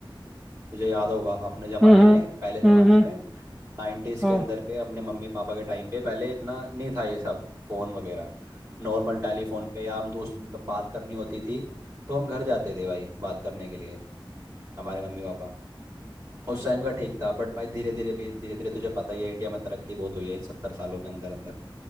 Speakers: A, on the right (about 40°); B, in the centre.
A: तुझे याद होगा अपने ज़माने
B: हम्म हम्म
A: में पहले ज़माने
B: हम्म हम्म
A: में नाइन्टीज
B: हाँ
A: के अंदर पे अपने मम्मी पापा के टाइम पे पहले इतना नहीं था ये सब फोन वगैरह नॉर्मल टेलीफोन पे या हम दोस्त जब बात करनी होती थी तो हम घर जाते थे भाई बात करने के लिए हमारे मम्मी पापा उस टाइम का ठीक था बट भाई धीरे धीरे भी धीरे धीरे तुझे पता ही है इंडिया में तरक्की बहुत हुई है इन सत्तर सालों के अंदर अंदर